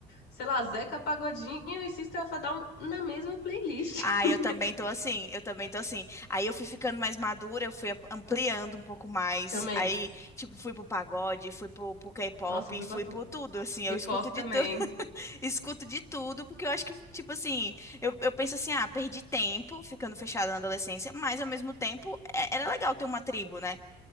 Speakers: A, on the left; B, on the left.
A: sei lá, Zeca Pagodinho e System of a Down na mesma playlist
B: Ah,
A: <laughs>
B: eu também tô assim, eu também tô assim. Aí eu fui ficando mais madura, eu fui ampliando um pouco mais.
A: também.
B: Aí, tipo, fui pro pagode, fui pro, pro K-pop,
A: Nossa, fui
B: fui
A: pra tudo.
B: pro tudo, assim.
A: K-pop
B: Eu escuto de
A: também.
B: tudo, <laughs> escuto de tudo, porque eu acho que, tipo assim, eu, eu penso assim, ah, perdi tempo ficando fechada na adolescência, mas ao mesmo tempo é- era legal ter uma tribo, né?